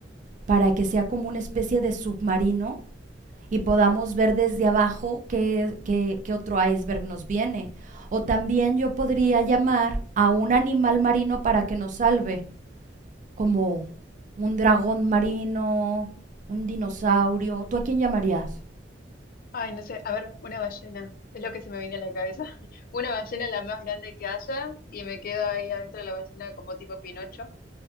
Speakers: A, on the right; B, on the left.
A: para que sea como una especie de submarino y podamos ver desde abajo qué, qué, qué otro iceberg nos viene. O también yo podría llamar a un animal marino para que nos salve, como un dragón marino, un dinosaurio. ¿Tú a quién llamarías?
B: Ay, no sé, a ver, una ballena, es lo que se me viene a la cabeza. <laughs> Una ballena la más grande que haya y me quedo ahí adentro de la ballena como tipo Pinocho.